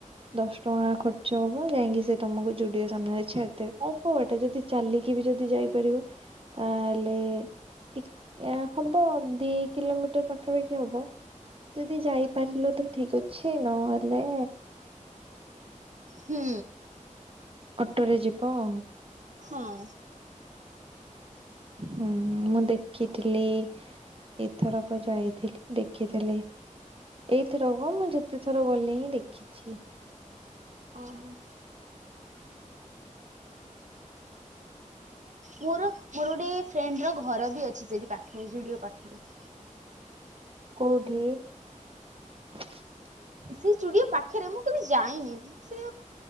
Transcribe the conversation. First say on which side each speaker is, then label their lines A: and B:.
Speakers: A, on the right (about 45°); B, on the right (about 65°).
A: ଦଶ ଟଙ୍କା ଖର୍ଚ୍ଚ ହବ। ଯାଇକି ସେ ତମକୁ ଯୁଡିଓ ସାମ୍ନାରେ ଛାଡିଦେବେ ଅଳ୍ପ ବାଟ ଯଦି ଚାଲିକି ବି ଯଦି ଯାଇପାରିବ। ତାହେଲେ ଟିକ ହବ ଦି କିଲୋମିଟର ପାଖାପାଖି ହବ। ଯଦି ଯାଇପାରିଲ ତ ଠିକ ଅଛି ନହେଲେ
B: ହୁଁ
A: ଅଟୋରେ ଯିବ ଆଉ
B: ହଁ
A: ହୁଁ ମୁଁ ଦେଖିଥିଲି ଏଥରକ ଯାଇଥିଲି ଦେଖିଥିଲି। ଏଇଥର ହବ ମୁଁ ଯେତେଥର ଗଲି ହିଁ ଦେଖିଛି।
B: ଓହୋ। ମୋର ମୋର ଗୋଟେ ଫ୍ରେଣ୍ଡ୍ ର ଘରବି ଅଛି ସେଠି ପାଖରେ ଜୁଡ଼ିଓ ପାଖରେ।
A: କୋଉଠି? <inaudible>
B: ସେ ଚୁଡ଼ିଓ ପାଖରେ ମୁଁ କେବେ ଯାଇନି ସେ